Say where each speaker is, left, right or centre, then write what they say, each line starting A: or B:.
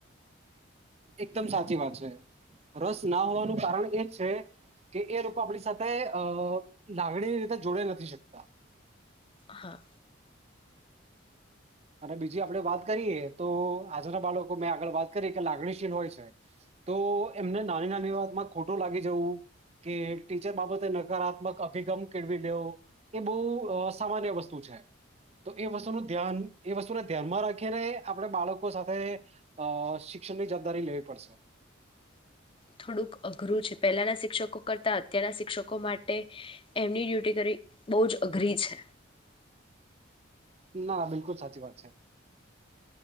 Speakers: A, on the right; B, on the left.
A: એકદમ સાચી વાત છે, રસ ના હોવાનું કારણ એ છે, કે એ લોકો આપણી સાથે અ લાગણી રીતે જોડે નથી શકતા.
B: હા
A: અને બીજી આપણે વાત કરીએ તો <unintelligible> બાળકો મેં આગળ વાત કરીએ કે લાગણીશીલ હોય છે, તો એમને નાની નાની વાતમાં ખોટું લાગી જવું કે ટીચર બાબતે નકારાત્મક અભિગમ કેળવી દેવો એ બહુ સામાન્ય વસ્તુ છે, તો એ વસ્તુનું ધ્યાન એ વસ્તુને ધ્યાનમાં રાખીને આપણે બાળકો સાથે અ શિક્ષણની જબદારી લેવી પડશે.
B: થોડુંક અઘરું છે, પહેલાના શિક્ષકો કરતા અત્યારના શિક્ષકો માટે એમની ડ્યુટી કરવી બહુ જ અઘરી છે.
A: ના <unintelligible> બિલકુલ સાચી વાત છે.